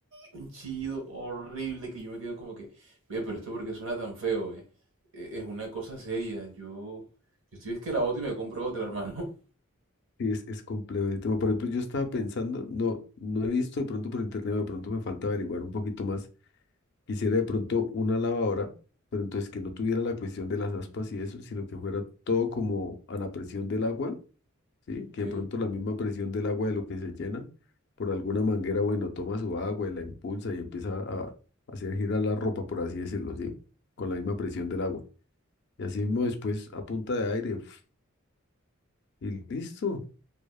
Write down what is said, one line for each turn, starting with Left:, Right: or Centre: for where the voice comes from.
Right: un chido horrible que yo me quedo como que, ve, pero esto porque suena tan feo, ve. E- Es una cosa seria. Yo, yo estoy es que la boto y me compro otra, hermano. <laughs>
Left: sí, es, es complejo el tema. Por ejemplo, yo estaba pensando, no, no he visto de pronto por internet, o de pronto me falta averiguar un poquito más Quisiera de pronto una lavadora, pero entonces que no tuviera la cuestión de las aspas y eso, sino que fuera todo como a la presión del agua, ¿sí?
Right: ¿Ok?
Left: Que de pronto la misma presión del agua de lo que se llena por alguna manguera, bueno, toma su agua y la impulsa y empieza a hacer girar la ropa, por así decirlo, ¿sí? Con la misma presión del agua. Y así mismo después a punta de aire, ¡fuf! y listo,